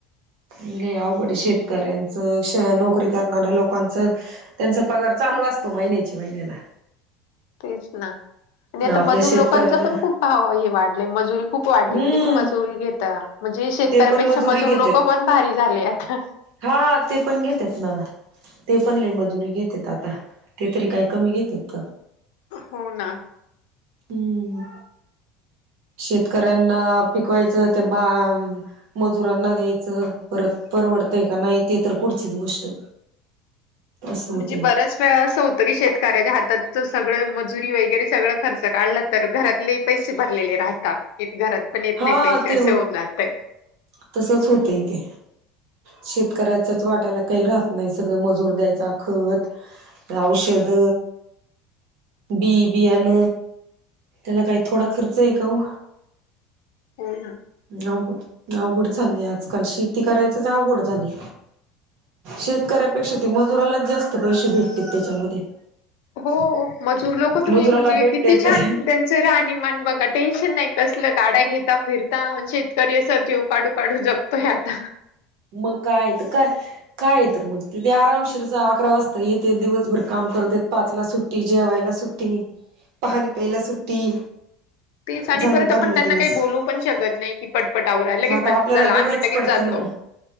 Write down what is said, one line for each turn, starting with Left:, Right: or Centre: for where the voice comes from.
Right: लय अवघड ए शेतकऱ्यांचं श- नोकरी करणाऱ्या लोकांचं. त्यांचा पगार चालू असतो महिन्याची महिन्याला.
Left: तेच ना आणि आता
Right: आपल्या
Left: मजूर
Right: शेतकऱ्याला
Left: लोकांच पण खूप भाव हे वाढलाय मजुरी खूप वाढली
Right: हम्म
Left: किती मजुरी घेता म्हणजे शेतकऱ्यापेक्षा
Right: ते पण मजुरी
Left: मजूर
Right: घेतेत
Left: लोक पण भारी झाले आता.
Right: हा ते पण घेत्यात ना. ते पण लय मजुरी घेतेत आता ते तरी काय कमी घेतेत का.
Left: हो ना.
Right: हम्म शेत कऱ्यान्या पिकवायचं ते बा मजुरांना द्यायचं परत परवडतंय का नाय ते तर पुढचीच गोष्ट. असं होतय
Left: म्हणजे बऱ्याच असं होतं की शेतकऱ्याच्या हातात सगळं मजुरी वगैरे सगळं खर्च काढला तर घरात ले पैसे भरलेले राहता त्यात घरात पण येत
Right: हा
Left: नाय पैसे
Right: ते
Left: असे
Right: होत
Left: होऊन जातय.
Right: तसच होतय ते. शेतकऱ्याच्याच वाट्याला काही राहत नाय सगळं मजूर द्यायचा खत औषध बि बियाण त्याला काय थोडा खर्च ए का ओ.
Left: हो ना.
Right: अवघड, अवघड झालय आजकाल, शेती करायचंच अवघड झालय. शेतकऱ्यापेक्षा ते मजुरालाच जास्त पैसे भेटते त्याच्यामध्ये.
Left: हो, हो, मजूर लोक तुम्ही
Right: मजुराला
Left: म्हणजे
Right: भेटते
Left: किती छान-
Right: त्या
Left: त्यांचं राहणीमान बघा, टेन्शन नाही कसलं, गाड्या घेता फिरता शेतकरी असं जेव काढू, काढू जपत- त आता-
Right: मग काय तर काय- काय आहे तर मग, तिथे आरामशीरचा अकरा वाजता येते, दिवसभर काम करते, पाचला सुट्टी, जेवायला सुट्टी- ट्टि, पाणी पेयला सुट्टी.
Left: तेच आणि
Right: झालं
Left: परत
Right: भरलं
Left: आपण त्यांना
Right: दिवस
Left: काही बोलू पण शकत नाही की, पटपट आवरा, लगेच
Right: आता
Left: म्हण
Right: आपल्याला
Left: झाल
Right: गरज
Left: आम्ही लगेच
Right: पडते
Left: जातो.
Right: ना